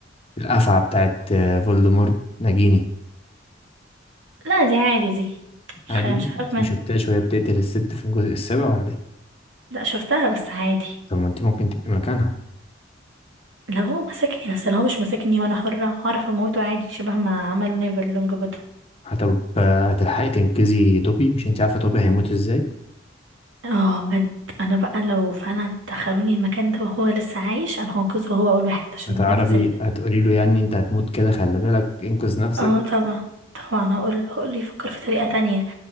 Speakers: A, on the left; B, on the right.
A: القفعة بتاعت آه، فولدمورت نجيني
B: لا دي عادي دي مش
A: عادي
B: خايف مش هخاف
A: انت
B: منها
A: مشفتهاش وهي بتقتل الست في الجزء السابع ولا ايه
B: لا شفتها بس عادي
A: طب ما انت ممكن تبقي مكانها
B: لو هو مسكني بس لو هو مش مسكني وأنا حرة هعرف أموته عادي شبه ما عمل نيفل لونج بوتوم
A: هتب... هتلحقي تنقذي توبي مش انت عارفه توبي هيموت ازاي
B: اه بجد أنا بقى لو فعلا دخلوني المكان ده وهو لسه عايش أنا هنقذه هو أول واحد عشان
A: هتعرفي
B: بجد زعلت
A: هتقولي له يعني انت هتموت كده خلي بالك انقذ نفسك
B: اه طبعا طبعا هقول هقول يفكر في طريقة تانية